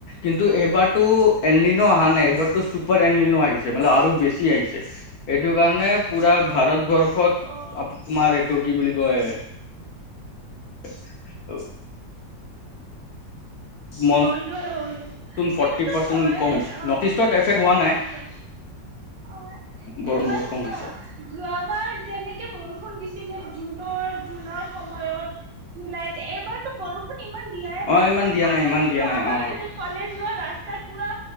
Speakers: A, on the left; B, on the right.
A: কিন্তু এইবাৰতো এনলিনো অহা নাই এইবাৰতো চুপাৰ এন ক্লিনঅ আহিছে মানে আৰু বেছি আহিছে এইটো কাৰণে পুৰা ভাৰতবৰ শেষত
B: অ
A: তোমাৰ এইটো কি বুলি কয় <unintelligible> মনচুন
B: বন্ধ হৈছে সেইটোতো
A: ফৰ্টি পাৰ্চেন্ট
B: হয়ে
A: কম হৈছে
B: অ
A: নৰ্থ ইষ্টত এফেক্ট
B: কম
A: হোৱা নাই
B: হৈছে অ
A: বৰং
B: এবাৰ
A: বহুত কম
B: যোৱা
A: হৈছে
B: যোৱাবাৰ যেনেকে কে বৰষুণ দিছিলে জুনৰ জুনৰ সময়ত জুলাইত এইবাৰতো বৰষুণ ইমান দিয়াই নাই
A: অ ইমান দিয়া
B: আগতেটো
A: নাই ইমান দিয়া নাই
B: আমাৰ
A: অ
B: কলেজ যোৱা ৰাস্তা ত পুৰা